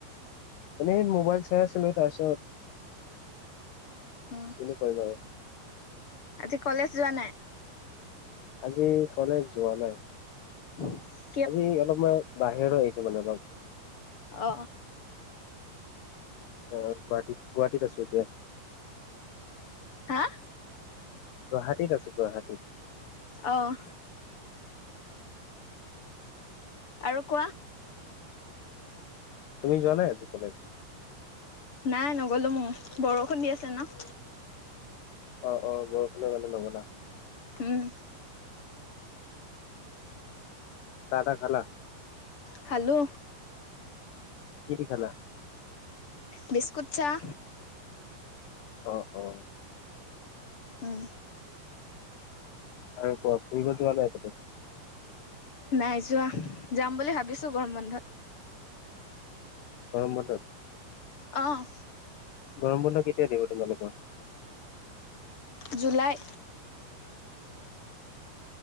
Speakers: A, on the left (about 65°); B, on the left (about 25°).
A: এনেই মোবাইল চাই আছিলো তাছত
B: অ'
A: কিনো কৰিম আৰু
B: আজি কলেজ যোৱা নাই?
A: আজি কলেজ যোৱা নাই।
B: উ <unintelligible>
A: আজি অলপ মই বাহিৰলে আহিছো মানে অলপ
B: অ
A: অ গুৱাহাটীত গুৱাহাটীত আছো এতিয়া।
B: হাঁ?
A: গুৱাহাটীত আছো গুৱাহাটীত।
B: অ' আৰু কোৱা।
A: তুমি যোৱা নাই আজি কলেজ?
B: নাই নগ'লো ম'ও, বৰষুণ দি আছে ন'।
A: অঁ অঁ বৰষুণৰ কাৰণে নগ'লা?
B: উম
A: চাহ তাহ খালা?
B: খালো।
A: কি দি খালা?
B: বিস্কুট চাহ।
A: অ' অ'।
B: উম।
A: আৰু কোৱা, ফুৰিব যোৱা নাই একটো
B: নাই যোৱা, যাম বুলি ভাবিছো গৰম বন্ধত।
A: গৰম বন্ধত।
B: অঁ
A: গৰম বন্ধ কেতিয়া দিব তোমালোকৰ?
B: জুলাই।